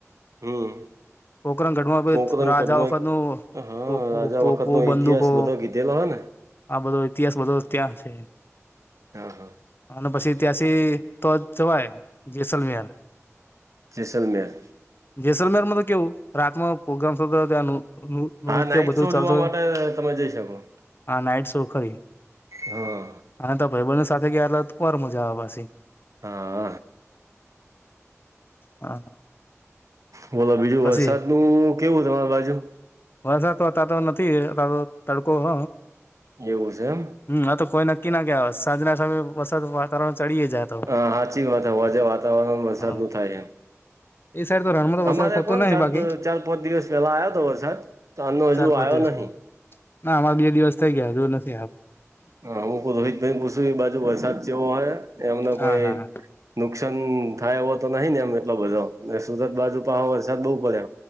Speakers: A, on the right (about 80°); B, on the left (about 45°).
A: હમ.
B: પોકરણગઢમાં
A: પોકરનગઢમાં
B: રાજા વખતનું
A: એક હ
B: તોપો
A: રાજા
B: તોપો
A: વખતનો
B: બંદૂકો
A: ઇતિહાસ બધો કીધેલો હ ન.
B: આ બધો ઇતિહાસ બધો ત્યાં છે
A: ત્યાં હ.
B: અન પછી ત્યાંસી તો જ જવાય જેસલમિહાર.
A: જેસલમેર.
B: જેસલમેર મતો કેવું રાતમાં પોગ્રામ થતા હોય ત્યાંનું નું નૃત્ય
A: હા નાઈટ
B: બધું
A: શો
B: ચાલતો
A: જોવા
B: હોય
A: માટે તમે જઈ શકો
B: આ નાઈટ શો ખરી.
A: હા
B: હા તો ભઈબંધો સાથે ગ્યા એટલ ઓર મજા આવે પાછી.
A: હા.
B: હા.
A: બોલો બીજું
B: પછી
A: વરસાદ નું કેવું તમારી બાજુ.
B: વરસાદ તો અતાર તો નથી અતાર તો તડકો હ.
A: એવુ સ એમ.
B: હમ આ તો કોઈ નક્કી ના કેવાય સાંજના સમે વસાદ વાતાવરણ ચડીએ જાય. તો
A: હ સાચી વાત હ હાંજે વાતાવરણ વરસાદ
B: હા
A: નું થાય હ. અમ
B: એ સાઈડ તો રણમાં તો વરસાદ
A: અમારે
B: થતો
A: કોન
B: નહિ
A: ચાર
B: બાકી
A: પ ચાર પાંચ દિવસ પેલા આયો તો વરસાદ તાનનો
B: ચાર
A: હજુ
B: પાંચ
A: આયો
B: દિવસ
A: નહી.
B: પેલા ના અમાર બે દિવસ થઈ ગ્યા હજૂ નથી આવ.
A: હા હુંકુ રોહિતભાઈન પૂછું એ બાજુ વરસાદ ચેવો હોય એમને
B: ના
A: કોઈ
B: ના
A: નુકસાન થાય એવો તો નહી ને એમ એટલો બધો ને સુરત બાજુ પાહો વરસાદ બહુ પડે.